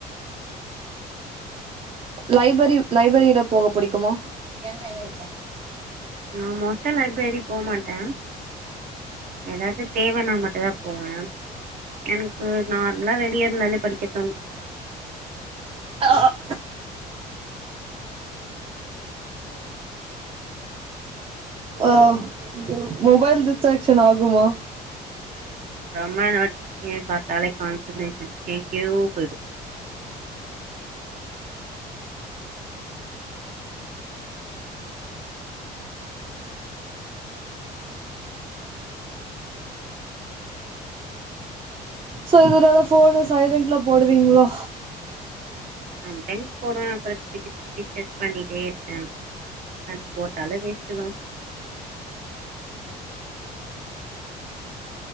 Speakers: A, on the right; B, on the right.
A: லைபரி லைப்ரரில போக பிடிக்குமோ? எண்ண எங்க வெச்ச
B: நா மோஸ்டா லைப்ரரி போமாட்டே ஏதாது தேவனா மட்டுதா போவே எனக்கு நார்மலா வெளிய இருந்தாலே படிக்கத்தோணு
A: ஆஹ் அஹ் மொபைல் டிஸ்ட்ராக்ஷன் ஆகுமா?
B: ரொம்ப நோட் பண்ணி பாத்தாலே கான்சென்ட்ரேஷன் எங்கயோ போய்டு
A: சோ இதனால ஃபோன சைலன்ட்ல போடுவீங்களா
B: சம்டைம்ஸ் போடுவே அப்றோ <unintelligible> டெஸ்ட் பண்ணிட்டே இருப்பே அது போட்டாலு வேஸ்ட்டுதா